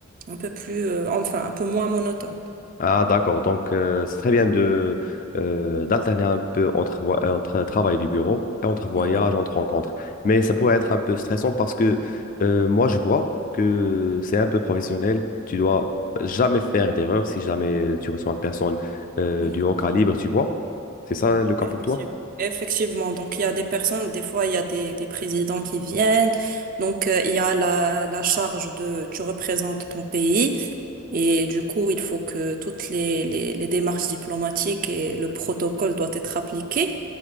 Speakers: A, on the right; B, on the left.
A: un peu plus, euh, enfin, un peu moins monotone.
B: Ah, d'accord. Donc, euh, c'est très bien de euh, d'alterner un peu entre, voi- euh, entre travail du bureau et entre voyage,
A: Mhm,
B: entre rencontres. Mais ça pourrait être un peu stressant parce que euh, moi, je vois que c'est un peu professionnel. Tu dois jamais faire d'erreur si jamais tu reçois une personne euh,
A: mhm.
B: du haut calibre, tu vois. C'est ça le cas
A: Effectivement.
B: pour toi?
A: Effectivement. Donc, il y a des personnes, des fois, il y a des, des présidents qui viennent. Donc, euh, il y a la, la charge de tu représentes ton pays. Et du coup, il faut que toutes les, les, les démarches diplomatiques et le protocole doivent être appliqués.